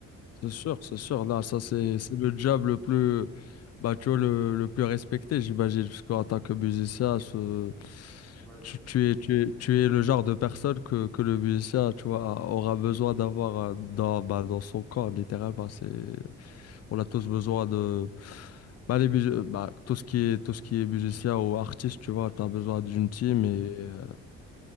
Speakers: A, on the left (about 55°); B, in the centre.
A: C'est sûr, c'est sûr. Là,
B: Ouais,
A: ça c'est c'est le job le plus, bah, tu vois, le, le plus respecté, j'imagine, parce qu'en tant que musicien, ce-
B: ouais, c'est...
A: tu, tu es, tu es, tu es le genre de personne que, que le musicien, tu vois, aura besoin d'avoir euh, dans, bah, dans son corps, littéralement. C'est On a tous besoin de bah, les bus- bah, tout ce qui est tout ce qui est musicien ou artiste, tu vois, tu as besoin
B: Mhm.
A: d'une team et, euh,